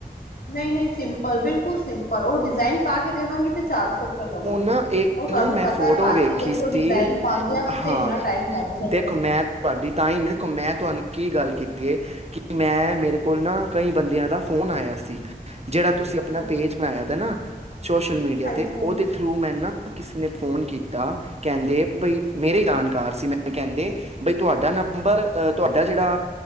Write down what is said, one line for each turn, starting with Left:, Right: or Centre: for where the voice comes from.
Left: ਨਹੀਂ-ਨਹੀਂ ਸਿੰਪਲ ਬਿਲਕੁਲ ਸਿੰਪਲ ਉਹ ਡਿਜ਼ਾਇਨ ਪਾ ਕੇ, ਦੇਵਾਂਗੇ। ਤੇ ਚਾਰ ਸੌ ਰੁਪ ਲਵਾਂਗੇ
Right: ਉਹ ਨਾ ਇੱਕ
Left: ਉਹ ਤੁਹਾਨੂੰ
Right: ਨਾ ਮੈਂ
Left: ਪਤਾ
Right: ਫੋਟੋ
Left: ਹੈ। ਭਾਜੀ
Right: ਵੇਖੀ
Left: ਦੇਖੋ
Right: ਸੀ
Left: ਡਿਜ਼ਾਇਨ ਪਾਉਂਦਿਆਂ ਵੀ,
Right: ਹਾਂ
Left: ਤੇ ਇਨਾ ਟਾਈਮ ਲੱਗ ਜਾਂਦਾ!
Right: ਦੇਖੋ ਮੈਂ ਤੁਹਾਡੀ ਤਾਂ ਹੀ ਦੇਖੋ ਮੈਂ, ਤੁਹਾਨੂੰ ਕੀ ਗੱਲ ਕੀਤੀ ਹੈ। ਕਿ ਮੈਂ ਮੇਰੇ ਕੋਲ ਨਾ, ਕਈ ਬੰਦਿਆਂ ਦਾ ਫੋਨ ਆਇਆ ਸੀ। ਜਿਹੜਾ ਤੁਸੀਂ ਆਪਣਾ
Left: ਅੱਛਾ,
Right: ਪੇਜ ਬਣਾਇਆ ਤ ਨਾ ਸੋਸ਼ਲ ਮੀਡੀਆ
Left: ਹਾਂਜੀ-ਹਾਂਜੀ-ਹਾਂਜੀ,
Right: ਤੇ, ਉਹਦੇ ਥਰੂ ਮੈਂਨੂੰ ਕਿਸੇ ਨੇ, ਫੋਨ ਕੀਤਾ ਕੀਤਾ ਕਹਿੰਦੇ ਬਈ ਮੇਰੇ ਜਾਨਕਾਰ ਸੀ। ਮੈ ਕਹਿੰਦੇ ਬਈ ਤੁਹਾਡਾ ਨ ਨੰਬਰ ਤੁਹਾਡਾ ਜਿਹੜਾ